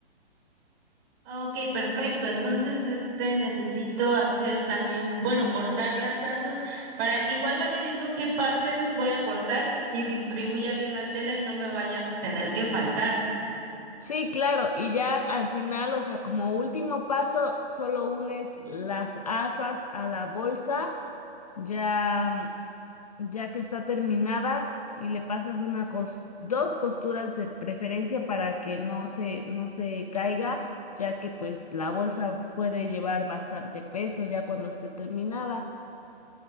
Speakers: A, on the right; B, on the left.
A: Ah, Ok, perfecto. Entonces, este necesito hacer también, bueno, cortar las asas para que igual vaya viendo qué partes voy a cortar y distribuya bien la tela y no me vaya a tener que faltar.
B: Sí, claro, y ya al final, o sea, como último paso, solo unes las asas a la bolsa, ya, mm, ya que está terminada, y le pasas una cos- dos costuras de preferencia para que no se, no se caiga, ya que pues la bolsa puede llevar bastante peso ya cuando esté terminada.